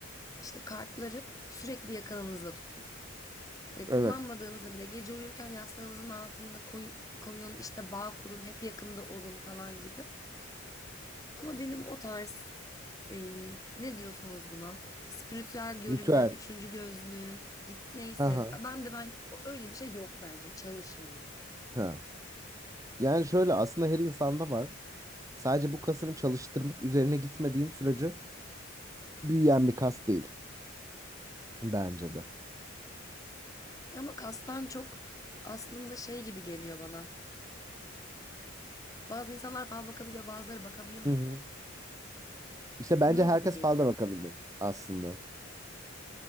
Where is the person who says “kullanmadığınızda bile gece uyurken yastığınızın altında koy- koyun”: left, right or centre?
Left